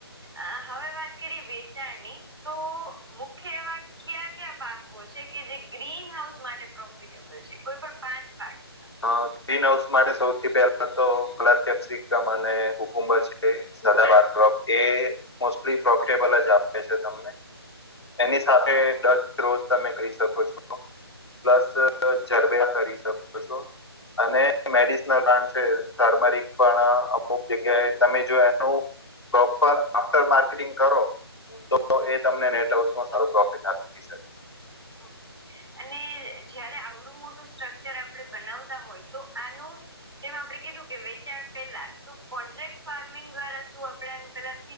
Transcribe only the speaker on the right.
આ હવે વાત કરી વેચાણની‌‌. તો મુખ્ય એવા ક્યા ક્યા પાકો છે કે જે ગ્રીન હાઉસ માટે પ્રોફિટે છે કોઈ પણ પાંચ પાઠ.
ઓકે. અને જયારે આવડું મોટું સ્ટ્રક્ચર આપડે બનાવતા હોય તો આનું જેમાં આપણે કીધું કે વેચાણ પેલા તો કોન્ટ્રાક્ટ ફાર્મિંગ દ્વારા શું આપડે એનું પેલા